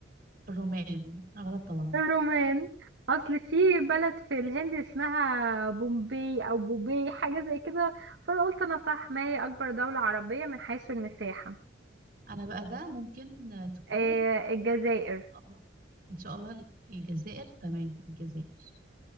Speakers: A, on the right; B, on the right.
A: الرومان غلط طبعا
B: الرومان اصل في بلد في الهند اسمها بومباي او بوباي حاجة زي كده فانا قلت انا صح ما هي اكبر دولة عربية من حيث المساحة
A: انا بقى ده ممكن آه، تكون
B: آه، الجزائر
A: الله ان شاء الله الجزائر تمام الجزائر